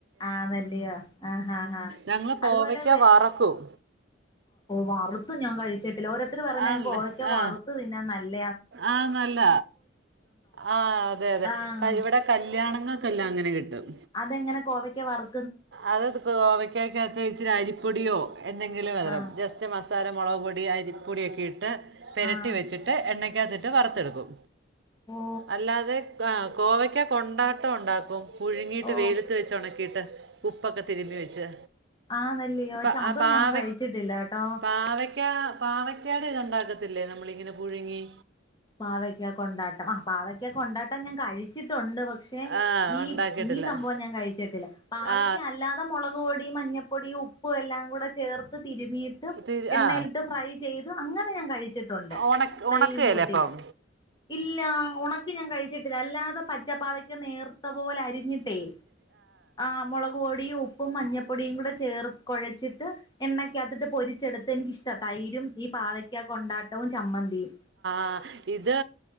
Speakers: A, on the left; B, on the right.
A: ആഹ നല്ലിയോ ആഹ ഹ ആഹ
B: ഞങ്ങൾ
A: അതുപോലെ
B: കോവയ്ക്ക വറക്കും
A: വറുത്തും ഞാൻ കഴിച്ചിട്ടില്ല ഓര പറ
B: ആണല്ലേ
A: കോഴയ്ക്കെ
B: ആ
A: വറുത്ത്ുതിന്നെ നല്ല
B: ആ നല്ല ആ അതെ അതെ
A: ആഹ്
B: ഇവിടെ കല്യാണങ്ങ എല്ല അങ്ങനെ കിട്ടും
A: അതെങ്ങനെ കോവയ്ക്ക വറു
B: അത്ത് ഗോവയ്ക്കൊക്ക അത്യേകിച്ച അരിപ്പൊടിയോ എന്തെങ്കിലും വതണം
A: ആഹ്
B: ജസ്റ്റ് സാലം മുളക് പൊടി അരിപ്പൊടിയൊക്കെ ഇട്ട് പെരട്ടി
A: ആഹ്
B: വെച്ചിട്ട് എണ്ണ ട്ട് വറത്തെടുക്കും
A: ഓ
B: അല്ലാതെ ആ കോവ ക്കെ കൊണ്ടാട്ടം ഉണ്ടാക്കും പുഴുങ്ങിയിട്ട്
A: ഓ
B: വെയിലത്ത് വെച്ച ഉണക്കിയിട്ട് ഉപ്പൊക്കെ തിരുമ്പി വെച്ച്
A: ആന്നല്ലയോ
B: ഇപ്പ
A: പക്ഷെ
B: ആ
A: അതും
B: പാവ
A: ഞാൻ കഴിച്ചിട്ടില്ല കേട്ടോ
B: പാവ പാവക്കാട് ഇത്ണ്ടാക്കത്തില്ലേ നമ്മളിങ്ങനെ പുഴുങ്ങി
A: പവയ്ക്ക കൊണ്ടാ ആ പാവക്ക കൊണ്ടാട്ടാ ഞൻ കഴി ച്ചിട്ടുണ്ട് പക്ഷെ
B: ആ
A: ഈ
B: ഉണ്ടാക്കിയിട്ടില്ല
A: ഈ സംഭവം ഞാൻ കഴിച്ചിട്ടില്ല പാവക്ക
B: ആ
A: അല്ലാതെ മൊ ക് പൊടി മഞ്ഞ പൊടി ഉപ്പും എല്ലാം കൂടെ ചേർത്ത് തിരുമ്മിയിട്ട്
B: തിരി
A: എണ്ണയിലിട്ട്
B: ആ
A: ഫ്രൈ ചെയ്ത് അങ്ങനെ ഞാൻ കഴിച്ചിട്ടുണ്ട്
B: ഉണ
A: തൈരും
B: ഉണക്കുകയല്ലേ
A: കൂട്ടി
B: അപ്പം
A: ഇല്ലാ ഉണക്കി ഞാൻ കഴിച്ചിട്ടില്ല അല്ലാതെ പ ച്ചപ്പാവക്ക് നേർത്ത പോലെ അരിഞ്ഞിട്ടേ ആ മുളക് പൊടിയും പ്പും മഞ്ഞപ്പൊടിയും കൂടെ ചേർ കുഴച്ചിട്ട് എണ്ണയ്ക്കകത്തിട്ട് പൊരിച്ചെടുത്ത് എനിക്ക ഇഷ്ട തൈരും ഈ പാവയ്ക്ക കൊണ്ടാട്ടവും ചമ്മ ന്തിയും
B: ആ ഇത്